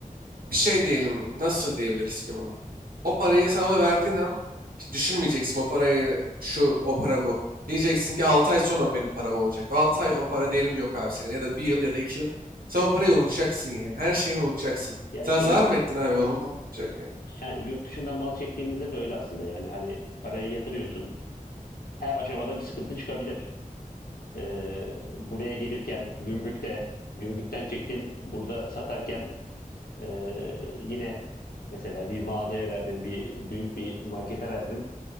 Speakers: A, on the right; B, on the left.
A: bir şey diyelim nasıl diyebiliriz ki bunu? O parayı sen ona verdiğin an hiç düşünmeyeceksin o parayı şu o para bu. Diyeceksin ki 6 ay sonra o benim param olacak. 6 ay o para diyelim yok abi senin ya da bir yıl ya da 2 yıl. Sen o parayı unutacaksın yani her şeyini unutacaksın.
B: ya,
A: Sen
B: işte,
A: zarar
B: yurt
A: mı ettin abi? Umurunda unutacak yani.
B: yani, yurt dışından mal çektiğimizde de öyle aslında, yani, hani, parayı yatırıyorsun. Her aşamada bir sıkıntı çıkabilir. Eee, buraya gelirken gümrükte, gümrükten çektin, burada satarken, eee, yine mesela bir mağazaya verdin, bir büyük bir markete verdin.